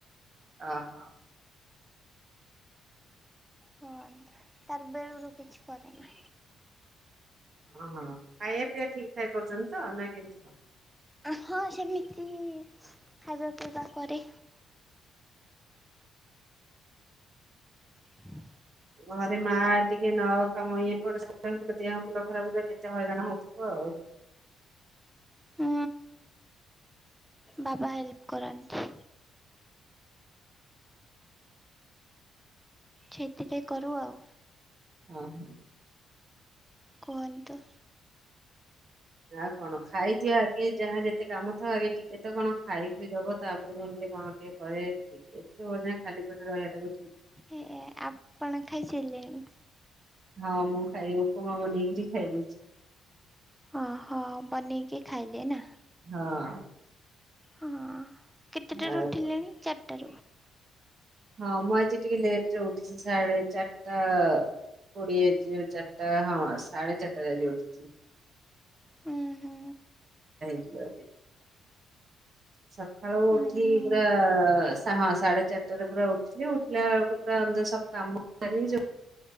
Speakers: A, on the right; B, in the centre.
A: ହ ହ
B: ହ ତାରବେଳରୁୁ କିଛି ପରେନା।
A: ଓହୋ ଖାଇବା ପିଇବା ଠିକ ଠାକ କରୁଛନ୍ତି ତ ନା କେମିତି କର?
B: ହଁ ସେମିତି ଖାଇବା ପିଇବା କରେ। ହୁଁ।
A: ଘରେ ମା ଟିକେ ନ କାମ ଇଏପଟେ ହେଉଥିଲା ଦେହ ମୁୂଣ୍ଡ ଖରାପ ହେ କେତେ ହଇରାଣ ହଉଥିବ ଆଉ।
B: ହୁଁ। ବାବା ହେଲ୍ପ କରନ୍ତି। ସେତିରେେ କରୁ ଆଉ।
A: ହ ହୋ
B: କୁହନ୍ତୁ।
A: ଆଉ କଣ ଖାଇଦିଅ ଆଗେ ଯାହା ଯେତେ କାମ ଥବ ଆଗେ ଟିକେ ତ କଣ ଖାଇ ପିଇ ଦବ ତାପରେ ଯାଇି କଣ ଟିକେ କରେ ଏତେ ବଢା ଖାଲି ପେଟ ରହିବା ବ
B: ହେ ଆପଣ ଖାଇସାରିଲେଣି?
A: ହଁ ମୁଁ ଖାଇ ଉପମା ବନେଇକିରି ଖାଇ ଦେଇଛି।
B: ଓହୋ ବନେଇକି ଖାଇଲେ ନା।
A: ହଁ।
B: ହଁ। କେତେଟାରୁ
A: ଆଉ
B: ଉଠିଲେଣି
A: କଣ।
B: ଚାରିଟାରୁ।
A: ହଁ ମୁଁ ଆଜି ଟିକେ ଲେଟ ରେ ଉଠିଛି ସାଢେ ଚାରିଟା କୋଡି ଆ ଯୋଉ ଚାରିଟା ହଁ ସାଢେ ଚାରିଟା ଆଜି ଉଠିଛି।
B: ହୁଁ ହୁଁ
A: ବାଜି। ସକାଳୁ
B: ହୁଁ
A: ଉଠି
B: ହୁଁ
A: ପୁରାଁ ସାଢେ ଚାରିଟାରେ ପୁରା ଉଠିଲି ଉଠିଲା ବେଳକୁ ପୁରା ଅନ୍ଧ ସବୁ କାମ ସ